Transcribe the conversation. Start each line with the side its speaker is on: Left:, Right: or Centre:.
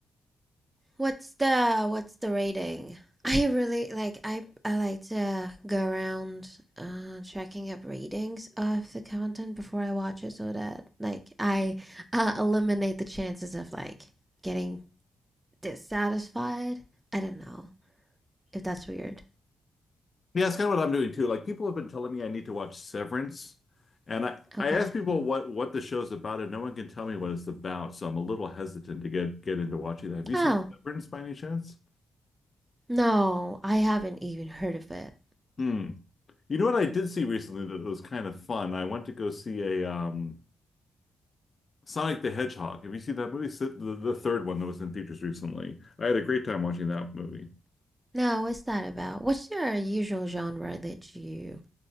Right: What's the what's the rating? <laughs> I really like I I like to go around uh checking up ratings of the content before I watch it so that like I uh, eliminate the chances of like getting dissatisfied. I don't know if that's weird.
Left: Yeah, that's kind of what I'm doing too. Like people have been telling me I need to watch Severance, and I
Right: Okay.
Left: I ask people what what the show's about, and no one can tell me what it's about. So I'm a little hesitant to get get into watching that. Have you
Right: Oh,
Left: seen Severance by any chance?
Right: no, I haven't even heard of it.
Left: Hmm. You know what I did see recently that was kind of fun. I went to go see a um, Sonic the Hedgehog. Have you seen that movie? It's The, the third one that was in theaters recently. I had a great time watching that movie.
Right: No, what's that about? What's your usual genre that you